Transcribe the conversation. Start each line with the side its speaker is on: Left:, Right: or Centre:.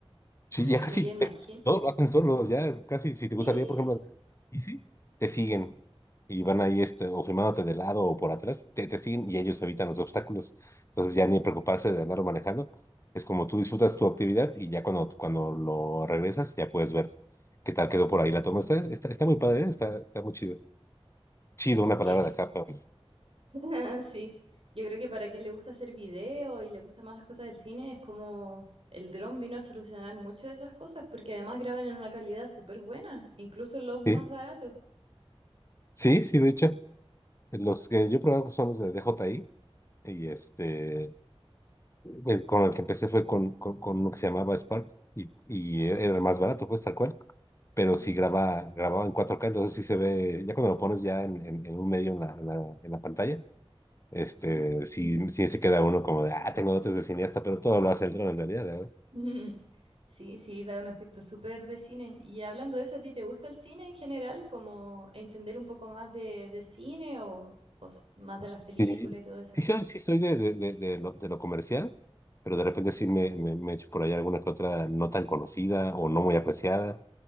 Right: y
Left: Sí, ya casi
Right: yo ya imagino.
Left: eh, todos lo hacen solos, ya casi. Si te
Right: Sí,
Left: gustaría, por ejemplo, y sí, te siguen y van ahí este, o filmándote de lado o por atrás, te, te siguen y ellos evitan los obstáculos. Entonces ya ni preocuparse de andarlo manejando. Es como tú disfrutas tu actividad y ya cuando, cuando lo regresas, ya puedes ver qué tal quedó por ahí la toma. Está, está, está muy padre, ¿eh? está, está muy chido. Chido, una
Right: sí,
Left: palabra de acá, pero
Right: <laughs> Sí, yo creo que para quien le gusta hacer video y le gustan más las cosas del cine, es como el dron vino a solucionar muchas de esas cosas, porque además graban en una calidad súper buena, incluso los más
Left: sí,
Right: baratos.
Left: sí, sí, de hecho. Los que yo he probado son los de D J I y este el- con el que empecé fue con, con, con uno que se llamaba Spark y, y era el más barato, pues tal cual. Pero
Right: Ujú,
Left: sí graba, grababa en cuatro k entonces sí se ve, ya cuando lo pones ya en, en, en un medio en la, en la, en la pantalla, este,
Right: ujú.
Left: sí, sí se queda uno como de, ah, tengo dotes de cineasta, pero todo lo hace el dron en realidad, ¿verdad?
Right: <laughs> Sí, sí, da un efecto súper de cine. Y hablando de eso, ¿a ti te gusta el cine en general? Como entender un poco más de, de cine o, o s- más de las películas
Left: Sí,
Right: y todo eso.
Left: sí, soy, sí soy de, de, de, de lo, de lo comercial, pero de repente sí me, me, me echo por ahí alguna que otra no tan conocida o no muy apreciada.